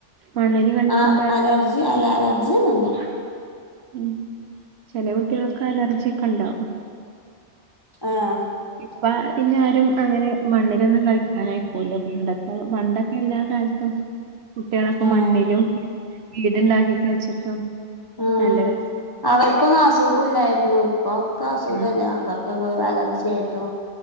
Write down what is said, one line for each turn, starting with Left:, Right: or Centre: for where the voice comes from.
Right: മണ്ണില് കളിക്കുമ്പോ
Left: ആ അലർജി അല്ല അലർ ജിന്നുല്ല
Right: ഉം ചെല കുട്ടികൾക്ക് അലർജി ക്കണ്ടാവും
Left: ആഹ്
Right: ഇപ്പ പിന്നെആരും അങ്ങനെ മണ്ണിലൊന്നും കളിക്കാനയ ക്കൂല പണ്ടത്തെ പണ്ടൊക്കെല്ലാ ടത്തും കുട്ടികളൊക്കെ
Left: ആഹ്
Right: മണ്ണിലും വീട്ണ്ടാക്കി കളിച്ചിട്ടും
Left: ഉം
Right: നല്ല രസാ
Left: അവർക്കൊന്നും അസു സുഖുല്ലായിരുന്നു ഇപ്പോ ക്ക അസുഖല്ലേ
Right: ഉം
Left: ആൾക്കാർ അവക്കു അലർജിയാട്ടോ